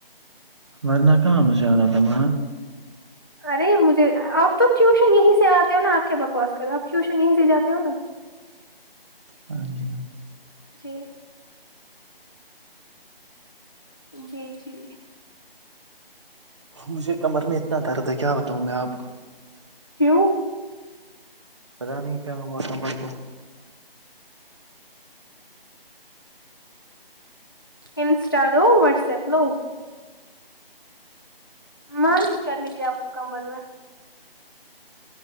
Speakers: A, on the right; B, on the left.
A: ورنہ کہا مجھے انا تھا وہاں
B: ارے مجھے آپ تو ٹیوشن یہیں سے اتے ہو نا اپ کے بکواس کر رہے ہو آپ ٹیوشن یہیں سے جاتے ہو نا
A: ہاں جی ہاں جی
B: جی جی جی
A: مجھے کمر میں اتنا درد ہے کیا بتاوں میں آپ کو
B: کیوں
A: پتا نہیں کیا ہوا تھا کمر کو
B: انسٹا دو واٹس ایپ سپلو مالش کرنی تھی اپ کو کمر میں